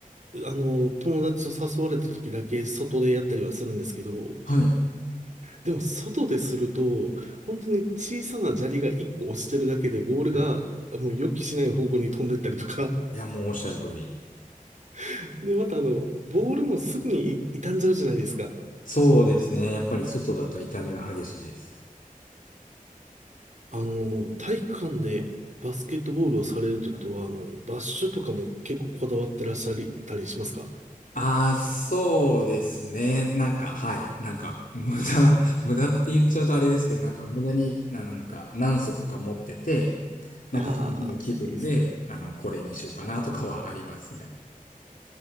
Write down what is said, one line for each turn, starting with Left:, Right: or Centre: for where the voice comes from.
Right: あの、友達と誘われた時だけ外でやったりはするんですけど、
Left: はい。
Right: でも外ですると、本当に小さな砂利が1個落ちてるだけで、ボールがもう予期しない方向に飛んでったりとか。
Left: はい。いや、もうおっしゃる通り。
Right: <laughs> で、またあの、ボールもすぐにい傷んじゃうじゃないですか。
Left: そうですね。やっぱり外だと痛みは激しいです。
Right: あの、体育館でバスケットボールをされるということは、あの、バッシュとかも結構こだわってらっしゃったりしますか
Left: ああ、そうですね。なんか、はい。なんか、<laughs> 無駄、無駄って言っちゃうとあれですけど、なんか、無駄に、ななんか、何足か持ってて、なんか、
Right: ああー、
Left: その日の気分で、
Right: いいですね。
Left: あの、これにしようかなとかはありますね。